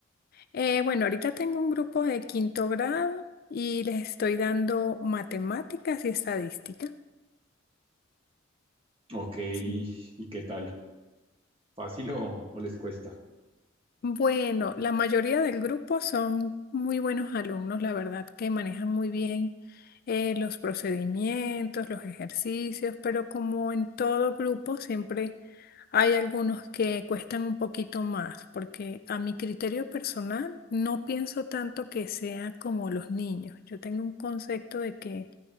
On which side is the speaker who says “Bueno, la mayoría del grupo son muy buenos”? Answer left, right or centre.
Left